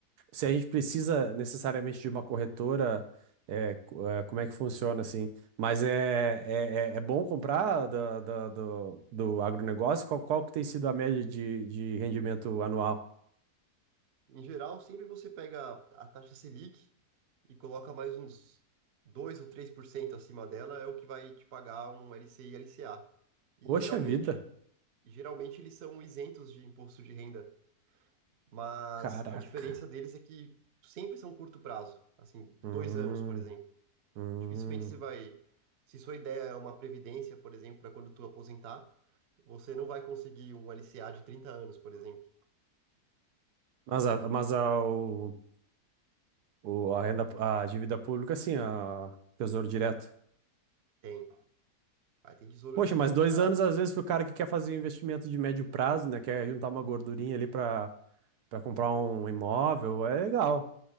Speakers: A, on the right; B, on the right.
A: se a gente precisa necessariamente de uma corretora, é, co- é, como é que funciona, assim. Mas é, é, é é bom comprar da, da- do, do agronegócio? Qual, qual que tem sido a média de, de rendimento anual?
B: Em geral, sempre você pega a taxa Selic e coloca mais uns 2 ou 3% acima dela, é o que vai te pagar um LCI e LCA. E
A: Poxa
B: geralmente,
A: vida!
B: geralmente eles são isentos de imposto de renda, mas
A: Caraca.
B: a diferença deles é que sempre são curto prazo, assim,
A: Hum,
B: dois anos, por exemplo.
A: hum.
B: Dificilmente você vai. Se sua ideia é uma previdência, por exemplo, para quando tu aposentar, você não vai conseguir um LCA de 30 anos, por exemplo.
A: Mas, a, mas a, o, o- a renda, a dívida pública, sim, a Tesouro Direto.
B: Tem. Aí tem tesouro
A: Poxa,
B: direto
A: mas dois
B: para.
A: anos, às vezes, para o cara que quer fazer um investimento de médio prazo, né? Quer juntar uma gordurinha ali para para comprar um imóvel, é legal.